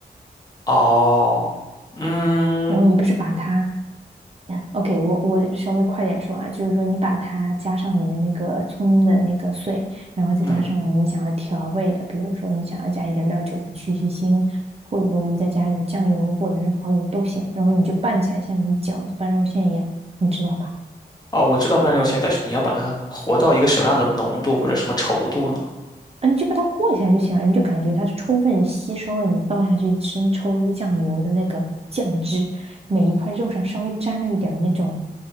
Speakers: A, on the left (about 20°); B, on the right (about 35°).
A: 哦，嗯
B: 然后你不是把它 OK，我我稍微快点说啊，就是说你把它加上你的那个葱的那个碎，然后再加上你想要调味的，
A: 嗯，
B: 比如说你想要加一点料酒才去去腥，或者说再加一点酱油或者是蚝油都行，然后你就拌起来，像你饺子拌肉馅一样，你知道吧？
A: 哦，我知道半肉馅，但是你要把它和到一个什么样的浓度或者什么稠度呢？
B: 啊，你就把它和一下就行了，你就感觉它充分吸收了你倒下去生抽酱油的那个酱汁，每一块肉上稍微沾了一点儿那种